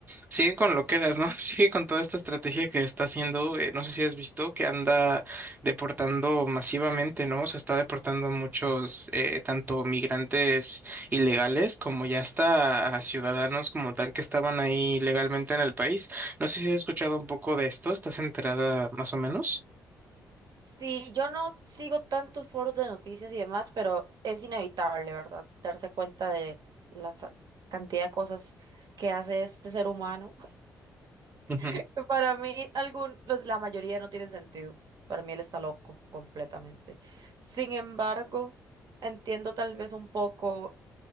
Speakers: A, on the right; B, on the right.
A: Sigue con lo que eras, ¿no? <laughs> Sigue con toda esta estrategia que está haciendo, eh, no sé si has visto, que anda deportando masivamente, ¿no? O sea, está deportando a muchos, eh, tanto migrantes ilegales como ya hasta a ciudadanos como tal que estaban ahí legalmente en el país. No sé si has escuchado un poco de esto, ¿estás enterada más o menos?
B: Sí, yo no sigo tantos foros de noticias y demás, pero es inevitable, ¿verdad? Darse cuenta de la sa- cantidad de cosas que hace este ser humano.
A: Ujú,
B: <laughs> Para mí, algún, los- la mayoría no tiene sentido. Para mí él está loco completamente. Sin embargo, entiendo tal vez un poco